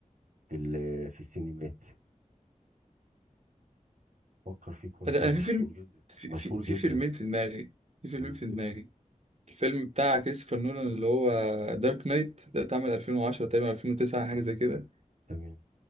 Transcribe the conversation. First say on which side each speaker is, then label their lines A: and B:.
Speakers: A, on the right (about 75°); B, on the right (about 55°).
A: في ال- في السينمات فكر فيه كويس
B: انا
A: كان
B: أنا
A: مشهور
B: في فيلم
A: جدا
B: في
A: مشهور
B: في في
A: جدا
B: فيلمين في دماغي في فيلمين
A: مم.
B: في دماغي الفيلم بتاع كريستوفر نولان اللي هو دارك نايت ده اتعمل 2010 تقريبا 2009 حاجة زي كده
A: تمام